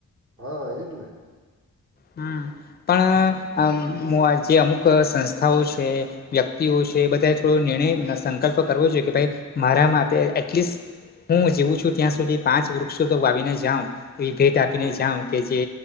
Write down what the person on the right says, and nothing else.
હા એજ ને
હમ